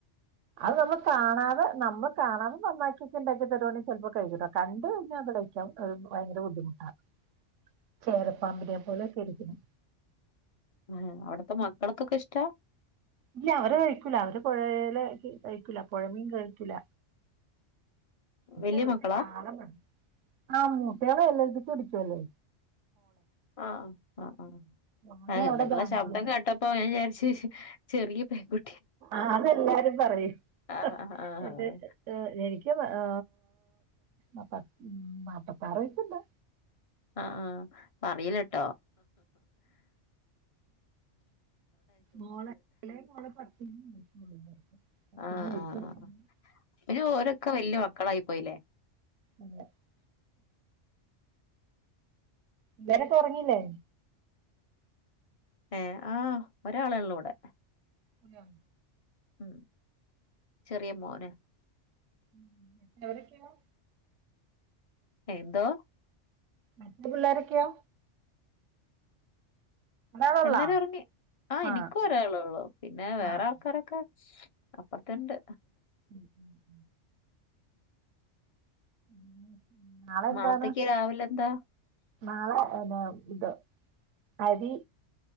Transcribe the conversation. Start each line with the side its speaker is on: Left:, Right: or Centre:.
Right: അത് നമ്മള് കാണാതെ നമ്മള് കാണാതെ നന്നാക്കിട്ടുണ്ടാക്കിയൽ തരുവാണേ ചെലപ്പോ കഴിക്കട്ടോ കണ്ട കഴിഞ്ഞ- ക്കാൻ അത് ഭയങ്കര ബുദ്ധിമുട്ടാണ് ചേരപ്പാമ്പിനെ പോലെ കരിക്കുന്നു
Left: ആഹ, അവിടത്തെ മക്കൾക്ക്‌ക്കെ ഇഷ്ടാ
Right: ഇല്ല അവര് കഴിക്കൂല അവര് പൊഴേലെ കഴിക്കൂല പോഴ മീൻ കഴിക്കൂല ഇപ്പൊ
Left: വലിയ
Right: ഇവർക്ക്
Left: മക്കളാ
Right: ചാള മതി <unintelligible> കുടിച്ചു ഇല്ലേ
Left: ആഹ ആ ഹ്
Right: മോന്
Left: ആ ഹ്
Right: അവിടെ
Left: നിങ്ങളെ
Right: ബാംഗ്ലൂര്
Left: ശബ്ദം കേട്ടപ്പോ ഞാൻ വിചാരിച്- ചെറിയ പെൺകു
Right: ആഹ് അതെല്ലാരും പറയും
Left: ആഹ്
Right: ഹ്
Left: ആഹ് ആഹ്
Right: എന്റെ ഹേ എനിക്ക്- ആ നാപ്പത്താറ് വയസുണ്ട്
Left: ആഹ് ആഹ് പറയില്ല ട്ടോ
Right: മോളെ എളയമോള് പത്തിലാ അപ്പച്ച
Left: ആഹ് ആഹ് ആഹ്
Right: <unintelligible>
Left: ഓരൊക്കെ വല്യ മക്കളായി പോയില്ലേ
Right: അതെ പിള്ളാരൊക്കെ ഒറങ്ങീല്ലേ
Left: ഏ ആ ഒരാളേ ഉള്ളൂ ഇവിടെ.
Right: അതെയോ
Left: ഉം ചെറിയ മോന്
Right: ഉം എത്രയിൽ പഠിക്കുവാ
Left: എന്തോ
Right: മറ്റ്‌ പിള്ളോരൊക്കെയോ ഒരാളുള്ള
Left: എല്ലാരും ഉറങ്ങി ആ
Right: ആഹ്
Left: എനിക്ക് ഒരാളെ ഉള്ളു പിന്നെ വേറെ
Right: ആഹ്
Left: ആൾക്കാരൊക്കെ അപ്പറത്തുണ്ട്
Right: ഉം ഉം ഉം നാളെ
Left: നാളത്തേക്ക്
Right: എന്താണ്
Left: രാവിലെ എന്താ
Right: നാളെ എന്നാ ഇത് അരി